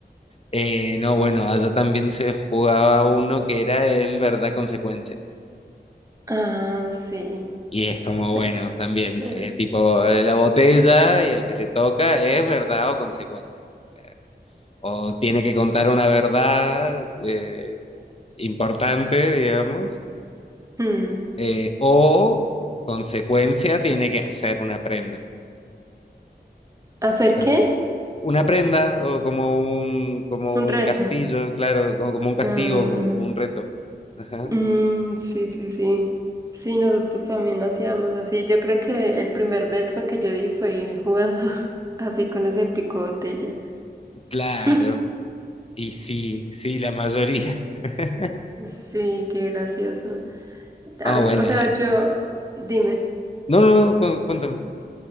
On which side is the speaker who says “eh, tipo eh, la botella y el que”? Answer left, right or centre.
Left